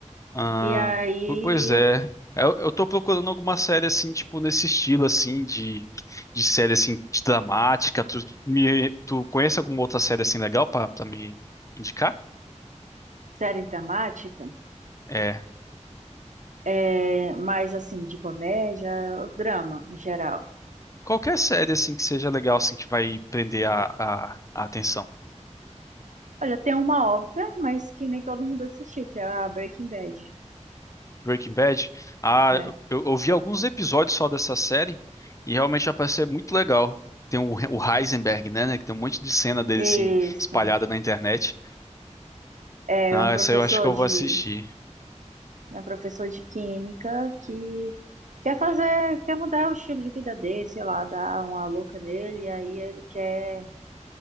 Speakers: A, on the left; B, on the right.
A: Ah,
B: E aí,
A: po- pois é.
B: eu,
A: Eu, eu tô procurando alguma série assim, tipo, nesse estilo assim de, de série assim de dramática. Tu, me, tu conhece alguma outra série assim legal pra, pra me indicar?
B: série dramática,
A: É.
B: é, mais assim, de comédia, drama em geral.
A: Qualquer série assim que seja legal assim que vai prender a, a, a atenção.
B: Olha, tem uma óbvia, mas que nem todo mundo assistiu, que é a Breaking Bad.
A: Breaking Bad. Ah,
B: É.
A: eu, eu eu vi alguns episódios só dessa série e realmente já parece ser muito legal. Tem o, o Heisenberg, né, né, que tem um monte de cena dele
B: Isso.
A: assim espalhada na internet.
B: É
A: Ah,
B: um professor
A: essa eu acho que eu
B: de,
A: vou assistir.
B: é um professor de química que quer fazer, quer mudar o estilo de vida dele, sei lá, dar uma louca nele, e aí ele quer